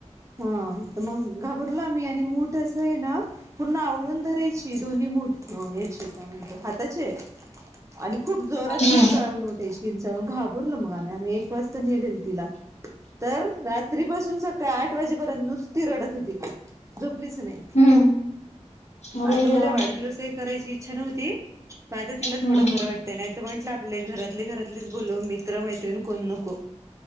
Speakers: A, on the right (about 25°); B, on the left (about 65°).
A: हा तर मग घाबरलो आम्ही आणि मूठ असं आहे ना पूर्ण आवळून धरायची. ती दोन्ही मुठं अह याची काय म्हणता हाताचे आणि खूप जोरात
B: हम्म
A: किंचाळून उठायची किंचाळून घाबरलो मग आम्ही आम्ही एक वाजता नेलेल तिला. तर रात्रीपासून सकाळ आठ वाजेपर्यंत नुसती रडत होती झोपलीच नाही.
B: हम्म. अरे
A: आता
B: देवा
A: उद्या वाढदिवस आहे करायची इच्छा नव्हती पण आता तिला
B: हम्म
A: थोडं बरं वाटत. त्यांना तर म्हंटलं आपले घरातले घरातलेच बोलवू मित्र मैत्रीण कोण नको.